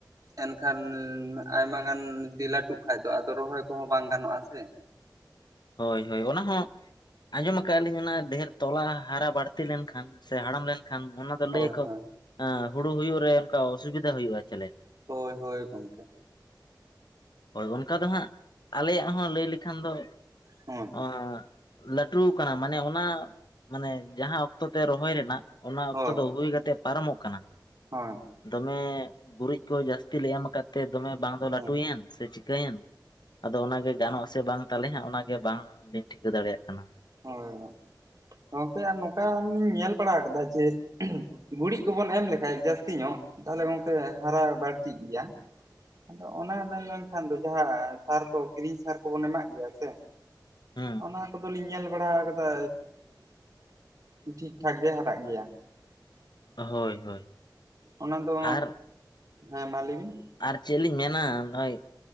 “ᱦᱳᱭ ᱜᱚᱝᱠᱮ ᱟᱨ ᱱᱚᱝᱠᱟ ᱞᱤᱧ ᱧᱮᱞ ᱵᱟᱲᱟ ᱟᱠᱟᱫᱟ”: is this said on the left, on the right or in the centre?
Right